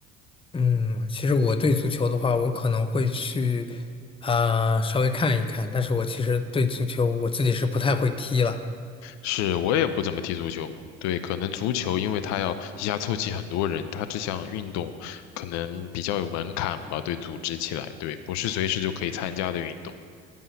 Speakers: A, on the left (about 15°); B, on the left (about 60°).
A: 嗯，其实我对足球的话，我可能会去啊、稍微看一看，但是我其实对足球我自己是不太会踢了。
B: 是我也不怎么踢足球，对，可能足球因为它要一下凑齐很多人，它这项运动可能比较有门槛吧，对，组织起来，对，不是随时就可以参加的运动。